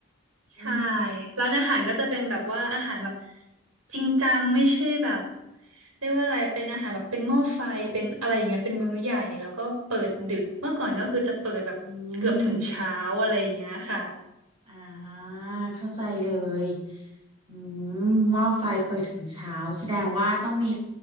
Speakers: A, on the right; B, on the right.
A: อืม
B: ใช่ร้านอาหารก็จะเป็นแบบว่าอาหารแบบจริงจังไม่ใช่แบบเรียกว่าอะไรเป็นอาหารแบบเป็นหม้อไฟเป็นอะไรอย่างเงี้ยเป็นมื้อใหญ่แล้วก็เปิดดึกเมื่อก่อนก็คือจะเปิดแบบเกือบถึงเช้าอะไรอย่างเงี้ยค่ะ
A: อืมอ่าเข้าใจเลยอืมหม้อไฟเปิดถึงเช้าแสดงว่าต้องมี